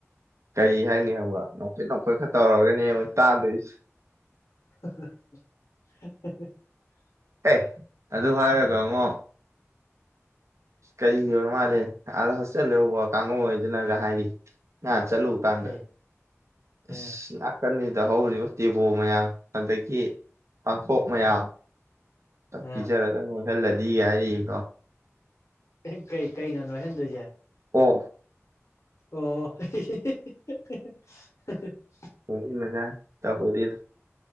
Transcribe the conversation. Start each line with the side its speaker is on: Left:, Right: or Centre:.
Right: ꯀꯔꯤ ꯍꯥꯏꯅꯤ ꯍꯥꯏꯕ ꯅꯣꯛꯐꯦꯠ ꯅꯣꯛꯐꯦꯠ ꯈꯔ ꯇꯧꯔꯒꯅꯦꯕ ꯇꯥꯗꯣꯏꯁꯦ
Left: <unintelligible>
Right: ꯑꯦ ꯑꯗꯨ ꯍꯥꯏꯔꯒꯉꯣ ꯀꯔꯤꯒꯤ ꯑꯣꯏ ꯃꯥꯜꯂꯦ ꯑꯥꯗ ꯍꯣꯏꯇꯦꯜ ꯂꯩꯍꯧꯕ ꯀꯥꯡꯉꯨ ꯉꯩꯗꯨꯅꯒ ꯍꯥꯏꯔꯤ ꯉ ꯆꯠꯂꯨꯕꯀꯥꯟꯗ
Left: ꯀꯩ
Right: ꯑꯁ
Left: ꯑ
Right: ꯂꯥꯛ ꯅꯥꯀꯟꯖꯤꯗ ꯍꯧꯔꯤꯕ ꯇꯦꯕꯣ ꯃꯌꯥꯝ ꯑꯗꯒꯤ ꯄꯥꯡꯈꯣꯛ ꯃꯌꯥꯝ
Left: ꯑ
Right: ꯄꯤꯖꯔꯒ ꯅꯣꯏ ꯈꯜꯂꯗꯤ ꯌꯥꯌꯤ ꯏꯗꯣ
Left: ꯀꯩ ꯀꯩ ꯀꯩꯅꯣ ꯅꯣꯢꯍꯟꯗꯣꯢꯁꯦ
Right: ꯑꯣ
Left: ꯑꯣ <unintelligible>
Right: <unintelligible> ꯃꯖꯥ ꯇꯍꯧꯗꯤꯟ